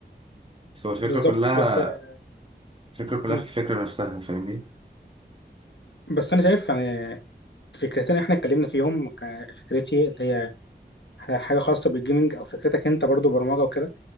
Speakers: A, on the right (about 30°); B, on the left (about 75°).
A: بس هو الفكرة
B: بالظبط
A: كلها
B: بس آه،
A: الفكرة كلها
B: مم.
A: في الفكرة نفسها فاهمني
B: بس انا شايف يعني فكرتين احنا اتكلمنا فيهم ك- فكرتي اللي هي حاجه خاصه بالجيمنج او فكرتك انت برضه برمجه وكده